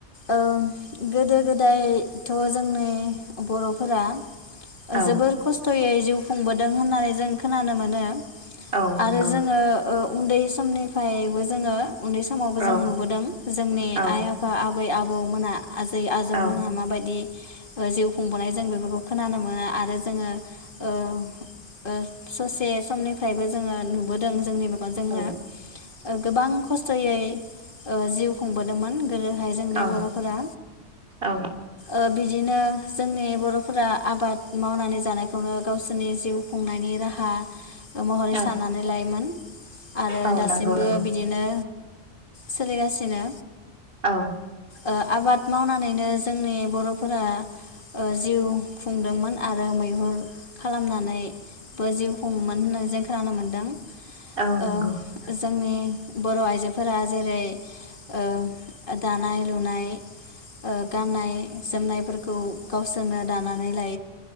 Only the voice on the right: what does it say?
औ
औ नंगौ
औ
औ
औ
औ
औ
औ
औ
औ
नंगौ नंगौ
औ
औ नंगौ